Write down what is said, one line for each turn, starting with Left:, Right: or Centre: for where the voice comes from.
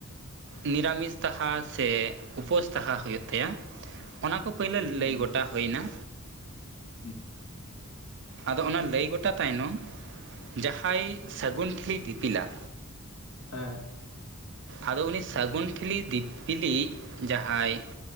Right: ᱱᱤᱨᱟᱢᱤᱥ ᱛᱟᱦᱟ ᱥᱮ ᱩᱯᱟᱹᱥ ᱛᱟᱦᱟ ᱦᱩᱭᱩᱜ ᱛᱟᱭᱟ᱾ ᱚᱱᱟ ᱠᱚ ᱯᱳᱭᱞᱳ
Left: ᱦᱩᱸ ᱦᱮᱸ
Right: ᱞᱟᱹᱭ ᱜᱚᱴᱟ ᱦᱩᱭᱱᱟᱮ᱾
Left: <unintelligible>
Right: ᱟᱫᱚ ᱚᱱᱟ ᱞᱟᱹᱭ ᱜᱚᱴᱟ ᱛᱟᱭᱱᱚᱢ ᱡᱟᱦᱟᱸᱭ ᱥᱟᱹᱜᱩᱱ ᱴᱷᱤᱞᱤ ᱫᱤᱯᱤᱞᱟ
Left: ᱦᱮᱸ
Right: ᱟᱫᱚ ᱩᱱᱤ ᱥᱟᱹᱜᱩᱱ ᱴᱷᱤᱞᱤ ᱫᱤᱯᱤᱞᱤ ᱡᱟᱦᱟᱸᱭ